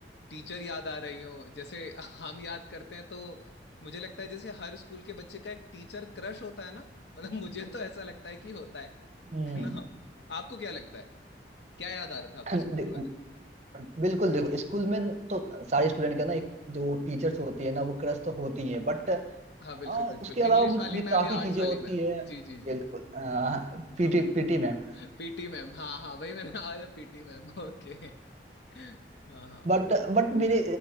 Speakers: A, on the left; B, on the right.
A: टीचर याद आ रही हो जैसे <laughs> हम याद करते हैं तो मुझे लगता है जैसे हर स्कूल के बच्चे का एक टीचर क्रश होता है ना मतलब मुझे तो ऐसा लगता है कि होता है
B: हम्म
A: है ना आपको क्या लगता है क्या याद आ रहा था आपको
B: <clears throat>
A: स्कूल
B: दे-
A: के बारे में
B: बिल्कुल देखो स्कूल में न- तो सारे स्टूडेंट का ना एक जो टीचर्स होती है ना वो क्रश तो होती है बट
A: हाँ
B: आ,
A: बिल्कुल बिल्कुल
B: उसके अलावा
A: इंग्लिश
B: मुझे
A: वाली
B: भी काफी
A: मैम या आर्ट्स
B: चीजें
A: वाली
B: होती
A: मैम
B: है
A: जी जी
B: बिल्कुल
A: जी <laughs>
B: PT PT ma'am
A: पीटी मैम हाँ हाँ वही मैंने आज पीटी मैम ओके हाँ हाँ
B: But but मेरे